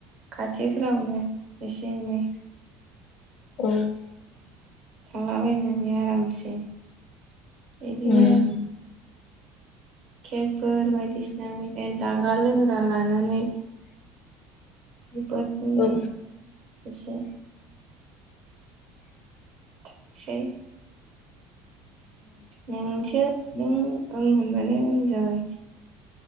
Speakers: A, on the right (about 60°); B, on the left (about 60°).
A: खाथिफ्रावनो एसे एनै।
B: औ।
A: थांलाबायनानै आरामसे। इदिनो
B: उम
A: केकफोर बायदिसिना मेथाइ जाग्रा लोंग्रा लानानै। बेबादिनो
B: औ
A: इसे। थांसै। नोंसो नों ओं होनबानो ओं जाबाय।